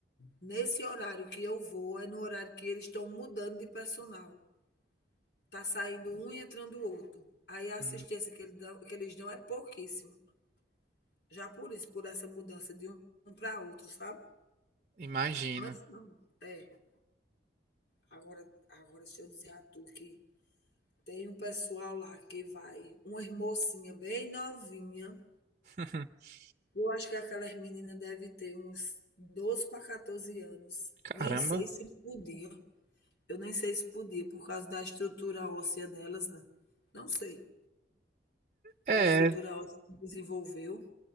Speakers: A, on the left (about 75°); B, on the right (about 40°).
A: nesse horário que eu vou é no horário que eles estão mudando de personal. Tá saindo um e entrando o outro. Aí a assistência
B: Hum,
A: que eles dão, que eles dão é pouquíssima. Já por isso, por essa mudança de um para outro, sabe?
B: Imagina.
A: Antes não. É. Agora, agora deixa eu dizer a tu que tem um pessoal lá que vai, uma mocinha bem novinha.
B: <laughs>
A: Eu acho que aquelas meninas devem ter uns 12 para 14 anos.
B: Caramba.
A: Nem sei se podia. Eu nem sei se podia, por causa da estrutura óssea delas, né? Não sei.
B: É,
A: Da estrutura óssea que desenvolveu.